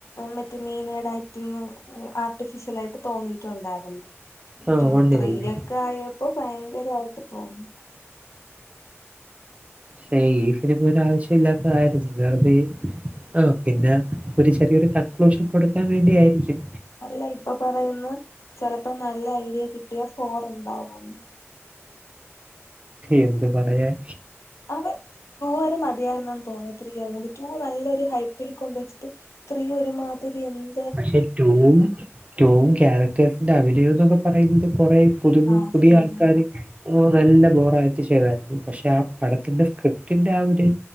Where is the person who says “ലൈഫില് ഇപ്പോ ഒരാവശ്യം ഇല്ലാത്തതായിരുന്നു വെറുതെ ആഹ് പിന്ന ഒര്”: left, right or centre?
Right